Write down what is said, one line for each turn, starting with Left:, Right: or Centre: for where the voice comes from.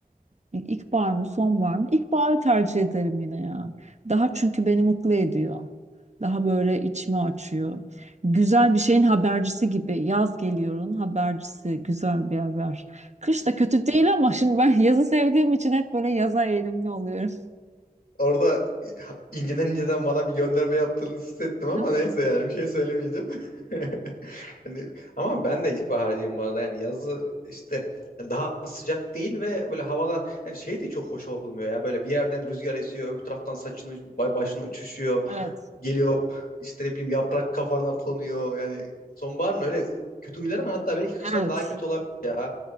Right: İlkbahar mı, sonbahar mı? İlkbaharı tercih ederim yine ya. Daha çünkü beni mutlu ediyor. Daha böyle içimi açıyor. Güzel bir şeyin habercisi gibi. Yaz geliyorun habercisi. Güzel bir haber. Kış da kötü değil ama şimdi ben <laughs> yazı sevdiğim için hep böyle yaza eğilimli oluyorum.
Left: Orada inceden inceden bana bir gönderme yaptığını hissettim ama
Right: <laughs>
Left: neyse yani bir şey söylemeyeceğim. <laughs> Hani, ama ben de ilkbaharcıyım bu arada. Yani yazı işte daha sıcak değil ve böyle havalar hani şey de çok hoş olmuyor ya. Böyle bir yerden rüzgar esiyor, öbür taraftan saçını ba- başını uçuşuyor.
Right: Evet.
Left: Geliyor işte ne bileyim yaprak kafana konuyor. Yani sonbaharın öyle kötü huyları var. Hatta belki kıştan
Right: Evet.
Left: daha kötü olabilir ya.